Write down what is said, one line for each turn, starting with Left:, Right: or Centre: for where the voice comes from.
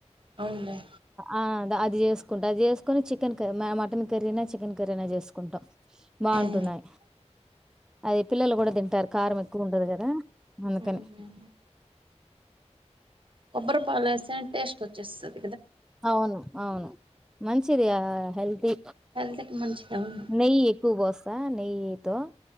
Right: అవునులే
Centre: ఆ అది చేసుకుంటాం అది చేసుకొని చికెన్ క్రీ మటన్ కర్రీనో చికెన్ కర్రీనో చేసుకుంటాం బాగుంటున్నాయి్
Right: అవునులే
Centre: ఎప్ప పిల్లలు కూడా తింటారు కారం ఎక్కువ ఉండదు కదా అందుకని
Right: ఉమ్ కొబ్బరి పాలస్తేనే టేస్ట్ వచ్చేస్తంది
Centre: అవును అవును మంచిది కదా హెల్తీ
Right: హెల్త్ కి మంచిది అవును
Centre: నెయ్యి ఎక్కువ పోస్త నెయ్యి హా